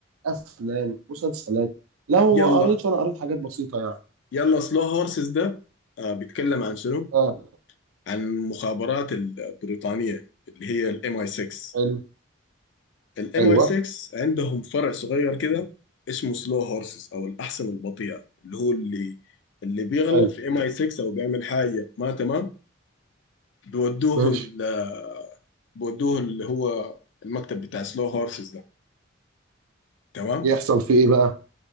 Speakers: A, on the right; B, on the left.
A: افلام مسلسلات لو
B: يلا
A: قريت فانا قريت حاجات بسيطه يعني
B: يلا سلو هورسز ده آه بيتكلم عن شنو؟
A: اه
B: عن المخابرات البريطانية اللي هي الام اي 6
A: حلو
B: الام
A: ايوه
B: اي 6 عندهم فرع صغير كده اسمه سلو هورسز او الاحصنة البطيئة اللي هو اللي اللي بيغلط
A: حلو
B: في ام اي 6 او بيعمل حاجة ما تمام بيودوه
A: ماشي
B: ال- بودوه اللي هو المكتب بتاع سلو هورسز ده تمام
A: يحصل في ايه بقى